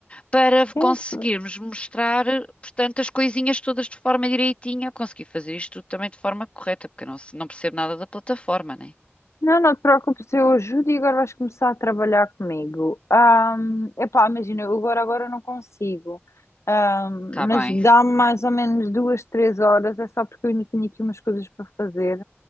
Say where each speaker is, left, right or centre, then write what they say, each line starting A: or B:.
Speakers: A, on the left (about 25°); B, on the left (about 80°).
A: para
B: sim.
A: conseguirmos mostrar, portanto, as coisinhas todas de forma direitinha. Eu consegui fazer isto tudo também de forma correta, porque eu não, se- não percebo nada da plataforma, né?
B: Não, não te preocupes, eu ajudo e agora vais começar a trabalhar comigo. Ahm, epá, imagina, eu agora, agora não consigo. Ahm,
A: Tá
B: mas
A: bem,
B: dá-me mais ou menos duas, três horas, é só porque eu ainda tenho aqui umas coisas para fazer.